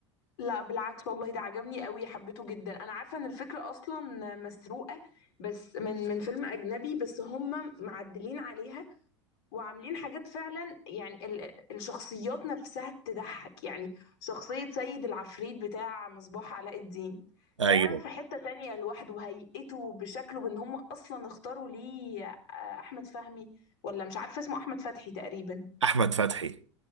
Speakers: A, on the left; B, on the right.
A: لا بالعكس والله ده عجبني قوي حبيته جدا انا عارفه ان الفكره اصلا مسروقه بس من من فيلم اجنبي بس هم معدلين عليها وعاملين حاجات فعلا يعني ال- الشخصيات نفسها تضحك يعني شخصية سيد العفريت بتاع مصباح علاء الدين
B: أيوه
A: ده في حتة تانية لوحده هيئته بشكله بان هم اصلا اختاروا ليه آه، احمد فهمي ولا مش عارفة اسمه احمد فتحي تقريبا
B: أحمد فتحي